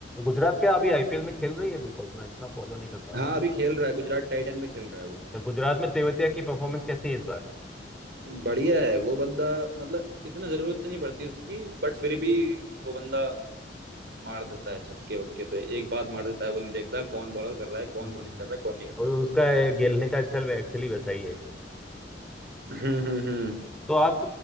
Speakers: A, in the centre; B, on the right.
A: गुजरात क्या अभी आईपीएल में खेल रही है बिकॉज मैं इतना फॉलो नहीं कर पा रहा
B: हाँ
A: हूँ
B: अभी खेल रहा है गुजरात टाइटन में खेल रहा है वो
A: तो गुजरात में तेवतिया की परफॉर्मेंस कैसी है इस बार
B: बढ़िया है वो बंदा मतलब इतना जरूरत नहीं पड़ती उसकी बट फिर भी वो बंदा मार देता है छक्के वक्के तो एक बात मार देता है वो नहीं देखता कौन बॉलर कर रहा है कौन
A: हम्म।
B: बॉलिंग कर रहा है कौन नहीं कर रहा
A: और
B: है
A: उसका ये खेलने का स्टाइल एक्चुअली वैसा ही है
B: हम्म हम्म हम्म।
A: तो आप